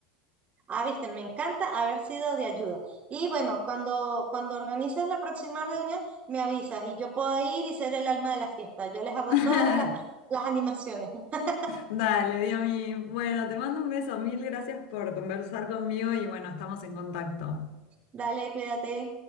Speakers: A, on the right (about 30°); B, on the left (about 70°).
A: Ah, viste, me encanta haber sido de ayuda. Y bueno, cuando, cuando organices la próxima reunión, me avisas y yo puedo ir y ser el alma de la fiesta. Yo les hago
B: <laughs>
A: todas las, las animaciones. <laughs>
B: Dale, Dios mío. Bueno, te mando un beso. Mil gracias por conversar conmigo y bueno, estamos en contacto.
A: Dale, cuídate.